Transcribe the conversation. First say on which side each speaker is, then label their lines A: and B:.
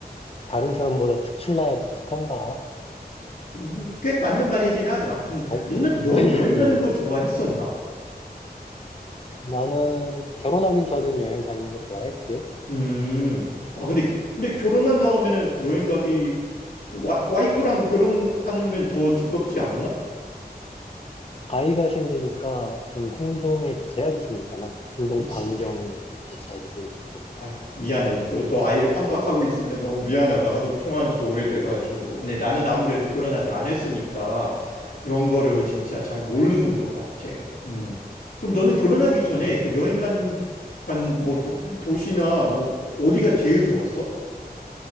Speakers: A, on the left (about 35°); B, on the left (about 65°).
A: 다른 사람보다 특출나야 독특한가?
B: 음, 꽤 맞는 말이긴 하다.
A: 음.
B: 음,
A: 아,
B: 너는 여,
A: <clears throat>
B: 여행 가는
A: 음.
B: 거 좋아했었나?
A: 나는 결혼하기 전엔 여행 다니는 거 좋아했지.
B: 음. 아, 근데, 근데 결혼한 다음에는 여행 가기, 그 와, 와이프랑 결혼하면 더 즐겁지 않나?
A: 아이가 생기니까 좀 행동에 제약이 생기잖아. 행동
B: 그치.
A: 반경에도
B: 아휴,
A: 제약이 생기고.
B: 아휴, 미안해. 너,
A: 어,
B: 너 아이를 깜빡하고 있었네. 너무 미안하다. 하도 통화한 지도 오래돼가지고. 근데 나는 아무래도 결혼 아직 안 했으니까 그런 거를 진짜 잘 모르는 것 같아. 음. 그럼 너는
A: 아,
B: 결혼하기 전에
A: 그래.
B: 그 여행 간, 간 뭐 도시나 뭐 어디가 제일 좋았어?